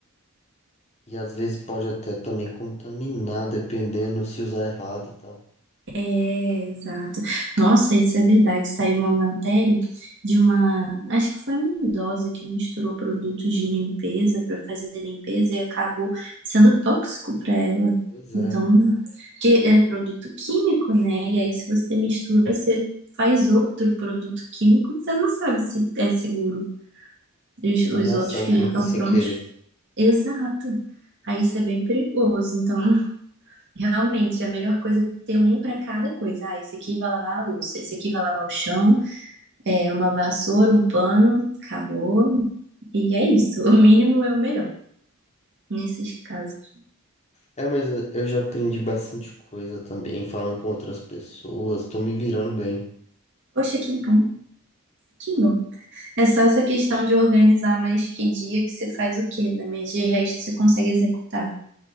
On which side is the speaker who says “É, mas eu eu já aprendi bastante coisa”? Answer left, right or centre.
Left